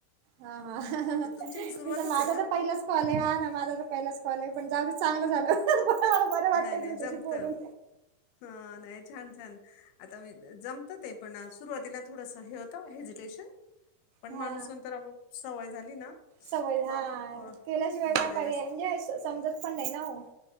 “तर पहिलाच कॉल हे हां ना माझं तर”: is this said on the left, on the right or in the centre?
Right